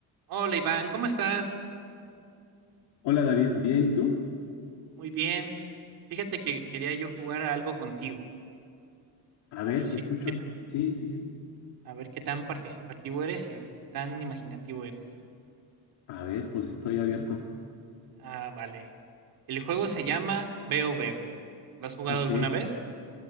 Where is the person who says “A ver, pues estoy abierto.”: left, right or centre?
Left